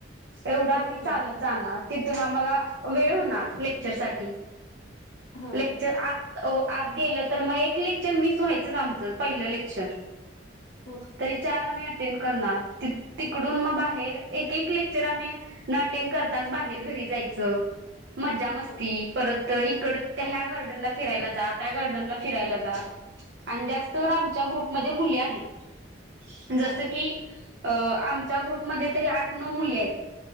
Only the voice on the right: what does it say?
एवढं आम्ही
चालत जाणार, तिथून आम्हाला वेळ होणार लेक्चर साठी.
लेक्चर आत ओ आत गेलं तर, मग एक लेक्चर मिस व्हायचंच आमचं, पहिलं लेक्चर.
तरी चार आम्ही अटेंड करणार, तिकडून मग बाहेर एक, एक लेक चर आम्ही न अटेंड करताच बाहेर घरी जायचं, मज्जा, मस्ती
परत तर इकडं, ह्या गार्डनला फिरायला जा, त्या गार्डनला फिरायला जा. आणि जास्तवर आमच्या ग्रुपमध्ये मुली आहेत. जसं
की अं, आमच्या ग्रुपमध्ये तरी आठ, नऊ मुली आहेत.